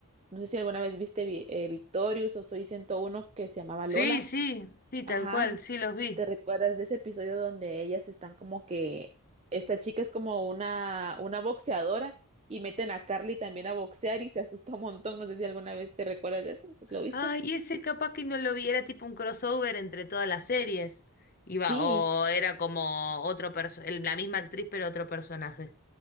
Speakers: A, on the right; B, on the left.
A: no sé si alguna vez viste Vi- eh, Victorious o Soy ciento uno que se llamaba
B: Sí,
A: Lola.
B: sí, sí, tal
A: Ajá,
B: cual, sí los vi.
A: ¿te recuerdas de ese episodio donde ellas están como que esta chica es como una, una boxeadora y meten a Carly también a boxear y se asusta un montón? No sé si alguna vez te recuerdas de eso, ¿lo viste?
B: Ay, ese capaz que no lo vi, era tipo un crossover entre todas las series. Iba,
A: Sí,
B: o era como otro perso- el- la misma actriz, pero otro personaje.